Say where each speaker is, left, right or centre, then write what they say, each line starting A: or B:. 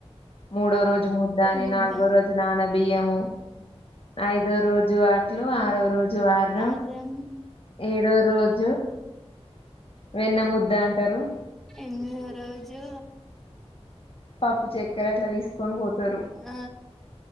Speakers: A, on the left; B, in the centre.
A: మూడో రోజు ముద్ద అని
B: ముద్ద
A: నాలుగో రోజు నాన బియ్యము ఐదో రోజు ట్లు ఆరో రోజు వారం
B: అర్రం
A: ఏడో రోజు వెన్న ముద్ద అంటరు
B: ఎనిమిదవ రోజు
A: పప్పు చక్కెర అట్ల తీసుకొని పోతరు
B: ఆ